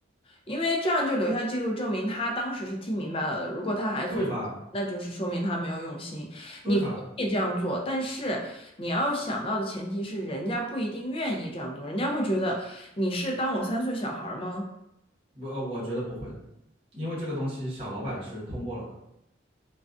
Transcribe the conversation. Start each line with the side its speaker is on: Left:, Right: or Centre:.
Left: 因为这样就留下记录，证明他当时是听明白了的。如果他还做错，
Right: 对吧？
Left: 那就是说明他没有用心。
Right: 对吧？
Left: 你可以这样做，但是你要想到的前提是，人家不一定愿意这样做，人家会觉得你是当我三岁小孩儿吗？
Right: 我呃我觉得不会的，因为这个东西小老板是通过了的，